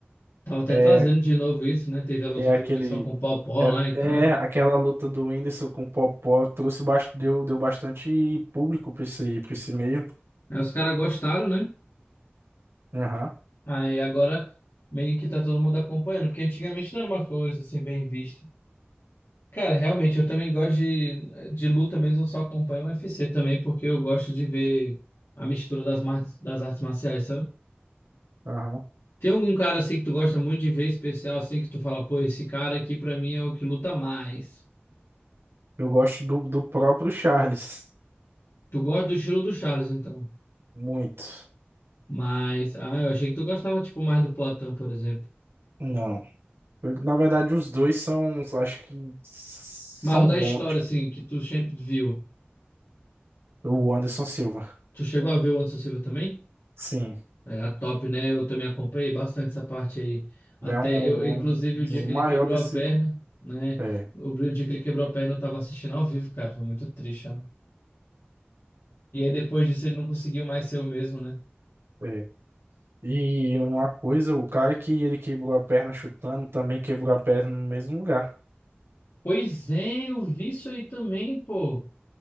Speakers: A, on the left (about 85°); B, on the right (about 75°).
A: tava até
B: É,
A: trazendo de novo isso, né? Teve a luta
B: é
A: do
B: aquele.
A: Whindersson com o Paw-Paw lá, então.
B: É, é, aquela luta do Whindersson com o Popó trouxe, bas- deu, deu bastante público pra esse, pra esse meio.
A: Aí os caras gostaram, né?
B: Aham,
A: Aí agora meio que tá todo mundo acompanhando, porque antigamente não era uma coisa assim bem vista. Cara, realmente, eu também gosto de, de luta mesmo, eu só acompanho o UFC também, porque eu gosto de ver a mistura das, mar- das artes marciais, sabe?
B: aham.
A: Tem algum cara assim que tu gosta muito de ver especial, assim que tu fala, pô, esse cara aqui pra mim é o que luta mais.
B: Eu gosto do, do próprio Charles.
A: Tu gosta do estilo do Charles, então.
B: Muito.
A: Mas, ah, eu achei que tu gostava, tipo, mais do Poatan, por exemplo.
B: Não. Eu- na verdade, os dois são, acho que são
A: Mas o da
B: bons.
A: história,
B: tipo,
A: assim, que tu sempre viu.
B: o Anderson Silva.
A: Tu chegou a ver o Anderson Silva também?
B: Sim.
A: Era top, né? Eu também acompanhei bastante essa parte aí. Até
B: Ele é um,
A: eu, inclusive,
B: um dos
A: o dia que
B: maiores
A: ele quebrou
B: desse.
A: a perna, né?
B: É,
A: O dia que ele quebrou a perna, eu tava assistindo ao vivo, cara. Foi muito triste, ó. E aí depois disso ele não conseguiu mais ser o mesmo, né?
B: é. E uma coisa, o cara que ele quebrou a perna chutando também quebrou a perna no mesmo lugar.
A: Pois é, eu vi isso aí também, pô.